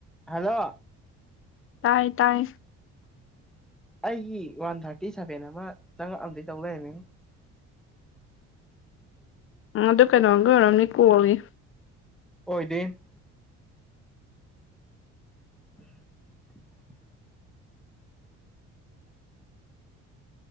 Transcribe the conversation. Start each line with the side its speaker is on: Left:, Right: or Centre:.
Centre: hello
Left: ꯇꯥꯏ ꯇꯥꯏ
Centre: ꯑꯩꯒꯤ ꯋꯥꯟ ꯊꯥꫪꯇꯤ ꯁꯚꯦꯟ ꯑꯃ ꯆꯪꯉꯛꯑꯝꯗꯩ ꯇꯧ ꯂꯩꯔꯝꯃꯦꯍꯦ
Left: ꯎꯝ ꯑꯗꯨ ꯀꯩꯅꯣꯒꯤ ꯑꯣꯏꯔꯝꯅꯤ ꯀꯣꯜꯒꯤ
Centre: ꯑꯣꯏꯗꯦꯏꯅ <inaudible>